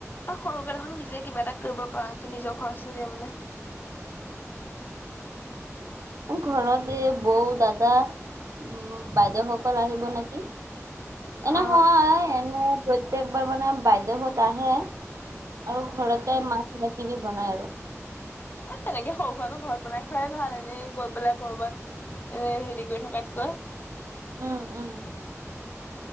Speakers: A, on the left (about 40°); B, on the right (about 90°).
A: তই সৰুকে দেখ নিজে কিবা এটা কৰিব পাৰা ত নিজৰ খৰচ উলিয়াবলে।
B: ঘৰতে বৌ দাদা। উ বাইদেউসকল আহিব নেকি? এনে
A: অ
B: হয় এনে প্ৰত্যেকবাৰ মানে বাইদেহত আহে। আৰু ঘৰতে মাখ মাখি বি বনাই আৰু
A: এ তেনেকে সৰু সুৰাটো ঘৰত বনাই খুৱোৱাই ভাল এনেই গৈ পেলাই কৰবাত। এনে হেৰি কৰি থকাতকৈ। <inaudible>
B: উম উম